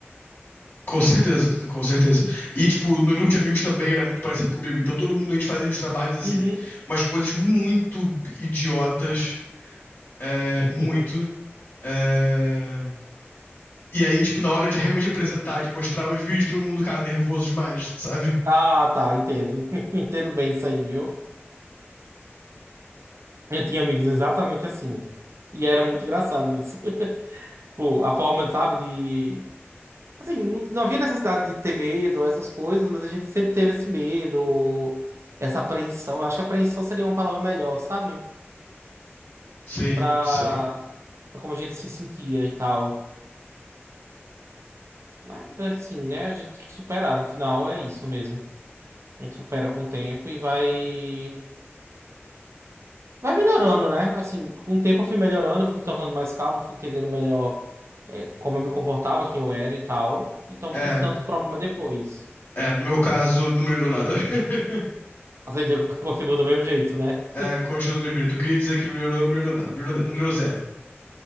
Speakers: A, on the left; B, on the right.
A: Com certeza, com certeza. E, tipo, no grupo de amigos também era muito parecido comigo. Então, todo mundo, a gente fazia os trabalhos assim.
B: Uhum.
A: Umas coisas muito idiotas, é,
B: <laughs>
A: muito. é, E aí, tipo, na hora de realmente apresentar, de mostrar os vídeos, todo mundo cara nervoso demais, sabe?
B: Ah, tá, entendo. <laughs> Entendo bem isso aí, viu? Eu tinha amigos exatamente assim. E era muito engraçado isso. <laughs> Tipo, a forma, sabe, de Assim, não, não havia necessidade de ter medo, essas coisas, mas a gente sempre teve esse medo, essa apreensão. Eu acho que apreensão seria uma palavra melhor, sabe?
A: Sim,
B: Pra,
A: sim.
B: pra como a gente se sentia e tal. Mas, assim, né? A gente tem que superar. No final, é isso mesmo. A gente supera com o tempo e vai. Vai melhorando, né? Assim, com o tempo eu fui melhorando, fui me tornando mais calmo, fui entendendo melhor, é, como eu me comportava, quem eu era e tal. Então
A: É,
B: não tive tanto problema depois.
A: é, no meu caso, não melhorou nada. <laughs>
B: Mas ainda <laughs> continua do mesmo jeito, né?
A: É, continua no mesmo jeito. Eu queria dizer que não melhorou, não melhorou nada. Melhorou, melhorou zero.